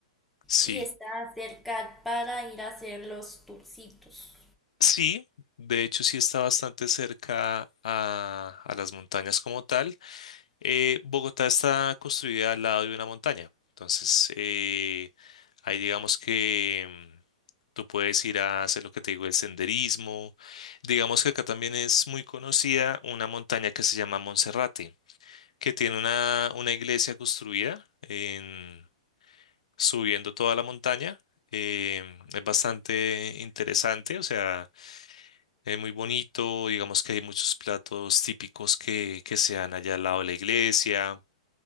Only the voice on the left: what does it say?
sí.
Sí, de hecho sí está bastante cerca a, a las montañas como tal. Eh, Bogotá está construida al lado de una montaña, entonces eh, ahí digamos que mm, tú puedes ir a hacer lo que te digo, el senderismo. Digamos que acá también es muy conocida una montaña que se llama Monserrate, que tiene una, una iglesia construida en, subiendo toda la montaña. Em, es bastante interesante, o sea eh, muy bonito, digamos que hay muchos platos típicos que, que se dan allá al lado de la iglesia,